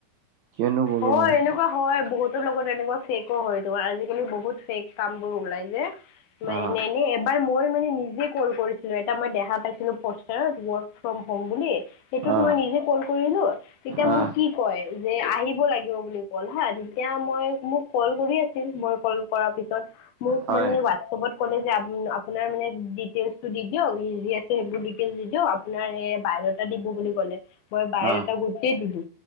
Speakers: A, on the right (about 80°); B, on the left (about 75°).
A: কিয়নো কৰো
B: অ',
A: মই
B: এনেকুৱা হয়, বহুতৰ লগত এনেকুৱা ফেকো হয়। তোমাৰ, আজিকালি বহুত ফেক কামবোৰ ওলাই যে তোমাৰ,
A: অ
B: এনে-এনে এবাৰ মই মানে, নিজে কল কৰিছিলো, এটা মই দেখা পাইছিলো প'ষ্টাৰত ৱৰ্ক ফ্ৰম হ'ম বুলি, সেইটোত
A: অ
B: মই নিজে কল কৰিলো, তেতিয়া
A: অ
B: মোক কি কয়, যে আহিব লাগিব বুলি, কল, হা সেইয়া মই, মোক কল কৰি আছিল। মই কল কৰাৰ পিছত, মোক
A: হয়
B: মানে হোৱাটছএপত ক'লে যে আমি, আপোনাৰ মানে, ডিটেইলচটো দি দিয়ক, যি আছে সেইবোৰ দি ডিটেইলচ দি দিয়ক আপোনাৰ, এই বায়'ডাটা দিব বুলি ক'লে মই বায়'ডাটা
A: অ
B: গোটেই দিলো,